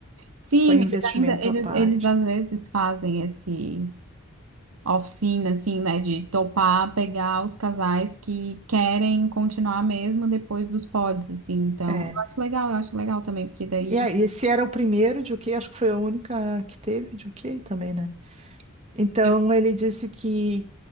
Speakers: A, on the right; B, on the right.
A: Sim,
B: Foi um investimento
A: eles ainda, eles,
B: à parte.
A: eles às vezes fazem esse oficina, assim, né? De topar, pegar os casais que querem continuar mesmo depois dos pods, assim. Então,
B: É.
A: eu acho legal, eu acho legal também, porque daí
B: E aí, esse era o primeiro de o quê? Acho que foi a única que teve de o quê também, né? Então
A: eu...
B: ele disse que,